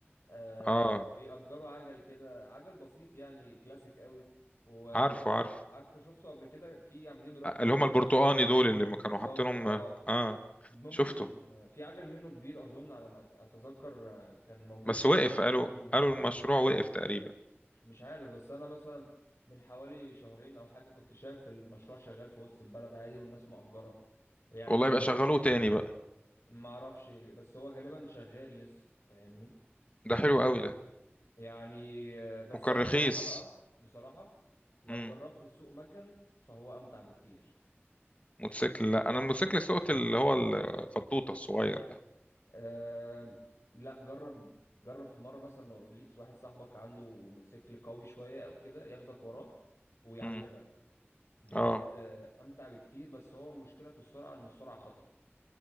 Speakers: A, on the left; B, on the left.
A: آه
B: اه
A: بيأجروا عجل كده عجل بسيط يعني كلاسيك قوي وعارفه
B: عارفه عارفه
A: شفته قبل كده في عاملينه ركنة
B: اللي
A: كده
B: هم البرتقاني دول اللي ما
A: بالظبط
B: كانوا حاطينهم
A: اه
B: اه
A: ممكن
B: شفته
A: آه، في عجل منه كبير اظن على ما أت- اتذكر آه، كان موجود
B: بس
A: في
B: وقف
A: عجل بحجم
B: قالوا
A: كبير
B: قالوا المشروع وقف تقريبا
A: مش عارف بس انا مثلا من حوالي شهرين او حاجة كنت شايف المشروع شغال في وسط البلد عادي والناس مأجرة يعني
B: والله يبقى شغلوه تاني بقى
A: ما اعرفش بس هو غالبا شغال لسه فاهمني
B: ده حلو قوي ده
A: يعني آه، بس
B: وكان
A: انا
B: رخيص
A: بصراحه بقى بصراحه لو
B: امم
A: جربت السوق مكن فهو امتع بكتير
B: موتوسيكل لا انا الموتوسيكل سوقت اللي هو الفطوطه الصغير ده
A: أم لا جرب جرب في مره مثلا لو ليك واحد صاحبك عنده موتوسيكل قوي شويه او كده ياخدك وراه ويعلمك
B: امم
A: بجد
B: اه
A: آه، امتع بكتير بس هو المشكله في السرعه ان السرعه خطر